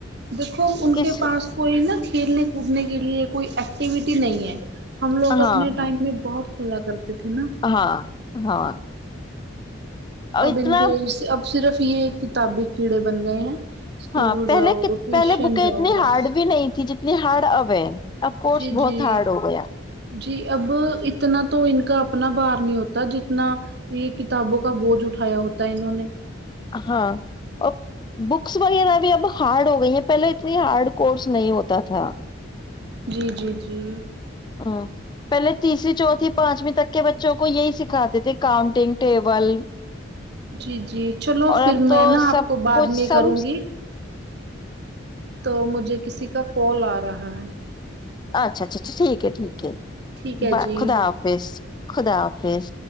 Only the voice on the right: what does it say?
دیکھو ان
کے پاس کوئی نا کھیلنے کودنے کے لیے کوئی ایکٹیویٹی نہیں ہے ہم لوگ
اپنے
ٹائم میں بہت کھیلا کرتے تھے نا
اب ان کے اب صرف یہ کتابی کیڑے بن گئے ہیں اسکول
جاؤ
ٹیوشن
جاؤ
بس
جی
جی
جی اب اتنا تو ان کا اپنا بار نہیں ہوتا جتنا یہ کتابوں کا بوجھ اٹھایا ہوتا ہے انہوں نے
جی جی جی
جی جی چلو
پھر
میں نا
آپ کو بعد
میں کروں گی تو مجھے کسی کا کال آ رہا ہے
ٹھیک ہے
جی